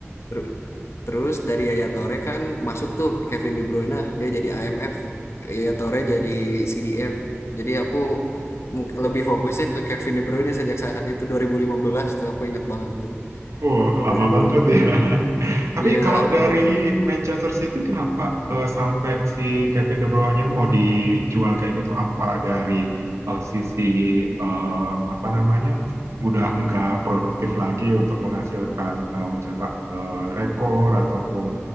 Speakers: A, on the left; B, on the right.
A: Ter- Terus dari Yaya Toure kan masuk tuh Kevin De Bruyne, dia jadi AMF. Yaya Toure jadi CDM. Jadi aku mung- lebih fokusnya ke Kevin De Bruyne sejak saat itu 2015 tuh aku inget banget tuh
B: Oh, lama
A: 2015.
B: banget ya. <laughs> Tapi
A: Iya,
B: kalau dari Manchester City, kenapa eh, sampai si Kevin De Bruyne mau dijual kayak gitu? Apa dari eh, sisi eh, apa namanya, udah nggak produktif lagi untuk menghasilkan eh, mencetak eh, rekor ataupun